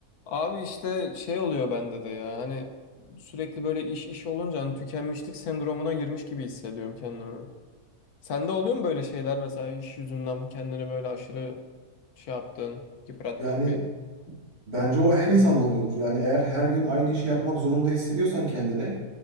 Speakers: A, on the left; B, on the right.
A: Abi işte şey oluyor bende de ya hani sürekli böyle iş iş olunca hani tükenmişlik sendromuna girmiş gibi hissediyorum kendimi. Sende oluyor mu böyle şeyler mesela iş yüzünden kendini böyle aşırı şey yaptığın, yıprattığın
B: Yani
A: bir...
B: bence o her insanda oluyordur. Yani eğer her gün aynı işi yapmak zorunda hissediyorsan kendini